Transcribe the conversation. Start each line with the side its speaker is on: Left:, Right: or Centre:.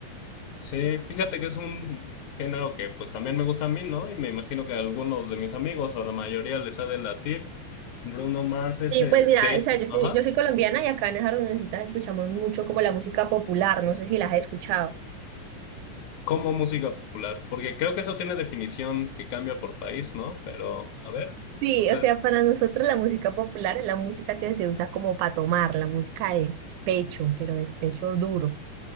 Left: Sí, fíjate que es un género que pues también me gusta a mí, ¿no? Y me imagino que a algunos de mis amigos o a la mayoría les ha de latir. Bruno Mars es
Right: Sí,
Left: el,
Right: pues mira,
Left: de hecho,
Right: o sea, yo soy,
Left: ajá,
Right: yo soy colombiana y acá en esas reunioncitas escuchamos mucho como la música popular, no sé si las has escuchado.
Left: como música popular, porque creo que eso tiene definición que cambia por país, ¿no? Pero, a ver,
Right: Sí,
Left: entonces
Right: o sea, para nosotros la música popular es la música que se usa como para tomar, la música de despecho, pero despecho duro.